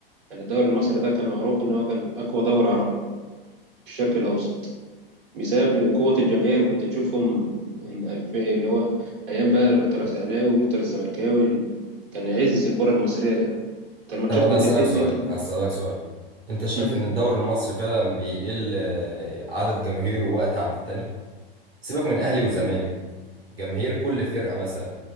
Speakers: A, on the right (about 60°); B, on the right (about 80°).
A: يعني الدوري المصري ده كان معروف إن هو كان أقوى دوري عربي في الشرق الأوسط بسبب قوة الجماهير كنت تشوفهم إن ألف اللي هو أيام بقى الألتراس أهلاوي والألتراس زملكاوي كان عز الكرة المصرية ده أنت الماتشات
B: طب انا
A: كنت
B: هسألك
A: بتنزل
B: سؤال هسألك سؤال انت شايف
A: مم.
B: ان الدوري المصري فعلا بيقل آه، عدد جماهيره وقت عن التاني سيبك من اهلي وزمالك جماهير كل فرقة مثلا